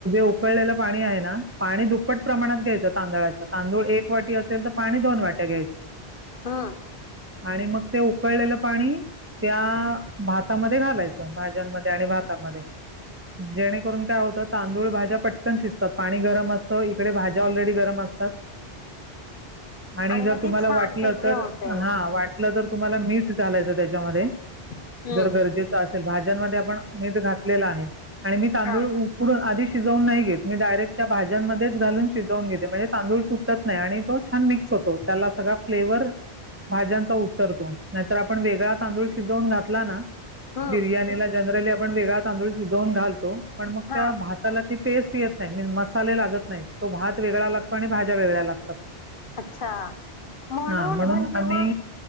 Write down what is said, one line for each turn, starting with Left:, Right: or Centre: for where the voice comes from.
Right: उकळलेलं पाणी आहे ना पाणी दुप्पट प्रमाणात घ्यायचं तांदळाच तांदूळ एक वाटी अस तर पाणी दोन वाट्या घ्यायच
Left: हम्म.
Right: आणि मग ते उकळलेलं पाणी त्या भातामध्ये घालायचं भाज्यांमध्ये आणि भातामध्ये जेणेकरून काय होतं तांदूळ भाज्या पट्टन शिजतात पाणी गरम असतं इकडे भाज्या ऑलरेडी गरम अस असतात.
Left: <unintelligible>
Right: आणि जर
Left: मग ती
Right: तुम्हाला
Left: छानपैकी
Right: वाटलं तर
Left: होते
Right: हा वाटलं तर तुम्हाला मीठ घालायचं त्याच्यामध्ये
Left: हम्म
Right: जर गरजेच असेल भाजीत आपण मीठ घातले आहे आणि मी तांदूळ
Left: हा
Right: उकडून आधीच शिजवून नाही घेत मी डायरेक्ट त्या भाज्यांमध्येच घालून शिजवून घेते म्हणजे तांदूळ तुटत नाही आणि तो छान मिक्स होतो त्याला सगळा फ्लेवर भाज्यांचा उत्तरतो नाहीतर आपण वेगळा तांदूळ शिजवून घातला ना
Left: हम्म
Right: बिर्याणीला जनरली आपण वेगळा तांदूळ शिजवून घालतो पण मग
Left: हा
Right: त्या भाताला ते टेस्ट येत नाही मीन मसाले लागत नाही तो भात वेगळा लागतो आणि भाज्या वेगळ्या लागतात.
Left: अच्छा म्हणून
Right: हां
Left: म्हणजे
Right: आम्ही
Left: मग